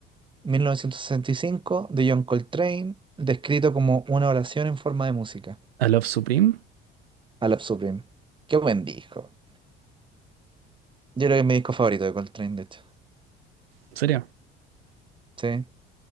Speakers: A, on the right; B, on the right.
A: 1965, de John Coltrane, descrito como una oración en forma de música.
B: ¿A Love Supreme?
A: A la Supreme. Qué buen disco. Yo creo que es mi disco favorito de Coltrane, de hecho.
B: ¿En serio?
A: ¿Sí?